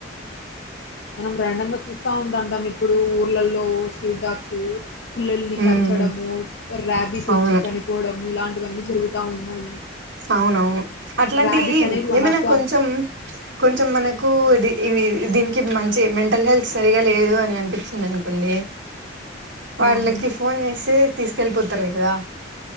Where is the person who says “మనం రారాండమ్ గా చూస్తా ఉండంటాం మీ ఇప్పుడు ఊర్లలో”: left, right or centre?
Left